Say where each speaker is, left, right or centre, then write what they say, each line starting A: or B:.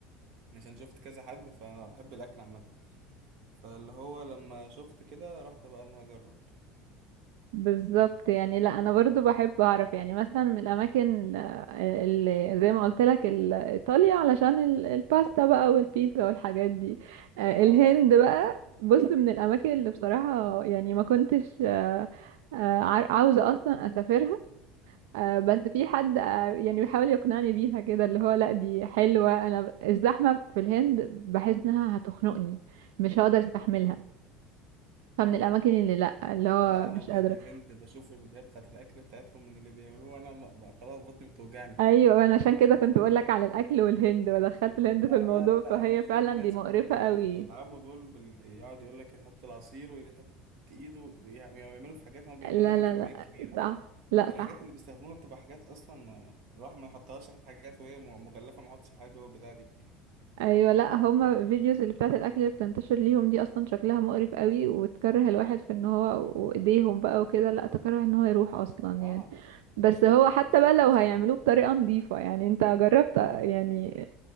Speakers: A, on the right; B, on the right.
A: عشان شفت كذا حد فأنا بحب الأكل عامة فاللي هو لما شفت كده رحت بقى اللي هجرب
B: بالظبط يعني لا انا برضو بحب اعرف يعني مثلا من الاماكن ال- اللي زي ما قلت لك ال- ايطاليا علشان ال- الباستا بقى والبيتزا والحاجات دي آه،
A: اه
B: الهند
A: بالظبط
B: بقى بص من الاماكن اللي بصراحة يعني ما كنتش آه، آه، عار- عاوزة اصلا اسافرها آه، بس في حد آه، يعني بيحاول يقنعني بيها كده اللي هو لا دي حلوة انا ب- الزحمة في الهند بحس انها هتخنقني مش هقدر استحملها
A: مم.
B: فمن الاماكن اللي لا اللي هو
A: لا
B: مش
A: أنا بجد
B: قادرة
A: الهند بشوف الفيديوهات بتاعت الأكل بتاعتهم من اللي بيعملوه أنا م... م- خلاص بطني بتوجعني
B: ايوه انا عشان كده كنت بقول لك على الاكل والهند ودخلت الهند في
A: اه
B: الموضوع
A: لا لا
B: فهي
A: أنا بشوف
B: فعلا
A: الناس
B: دي مقرفة
A: اللي هم
B: قوي
A: بي... بيلعبوا دول بال... يقعد يقول لك يحط العصير ويحط إيده ويعملوا في حاجات هم بيعملوا
B: لا
A: دايما
B: لا
A: كميات
B: لا
A: كبيرة
B: صح لا
A: فالحاجات
B: صح
A: اللي بيستخدموها بتبقى حاجات اصلا ما ما- الواحد ما يحطهاش الحاجات وهي م- مغلفه ما يحطش الحاجات جوه البتاع دي
B: ايوه لا هما فيديوز اللي بتاعت الاكل اللي بتنتشر ليهم دي اصلا شكلها مقرف قوي وتكره الواحد في ان هو وايديهم بقى وكده لا تكره ان هو يروح اصلا
A: اه
B: يعني بس
A: بالظبط
B: هو حتى
A: بالظبط
B: بقى لو هيعملوه
A: يعني
B: بطريقة نظيفة يعني انت جربت يعني
A: مم.